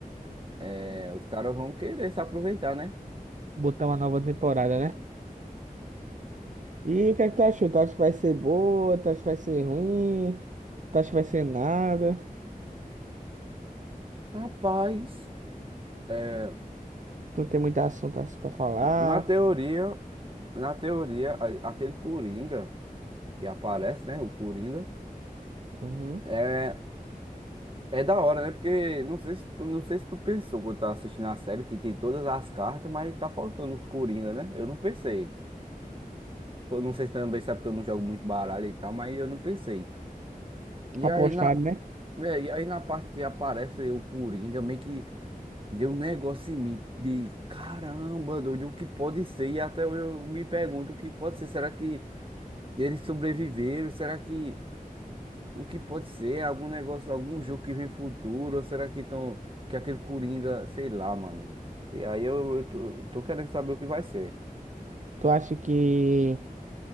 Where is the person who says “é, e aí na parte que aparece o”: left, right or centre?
Right